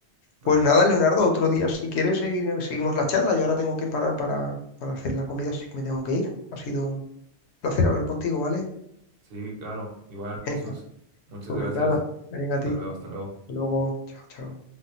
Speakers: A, on the right; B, on the left.
A: Vale.
B: Pues nada, Leonardo, otro día, si quieres, segui- seguimos la charla. Yo ahora tengo que parar para, para hacer la comida, así que me tengo que ir. Ha sido un placer hablar contigo, ¿vale?
A: Sí, claro, igual,
B: <laughs>
A: Jesús.
B: Venga,
A: Muchas
B: pues
A: gracias.
B: nada, venga a
A: Hasta
B: ti. Hasta
A: luego, hasta luego.
B: luego, chao, chao.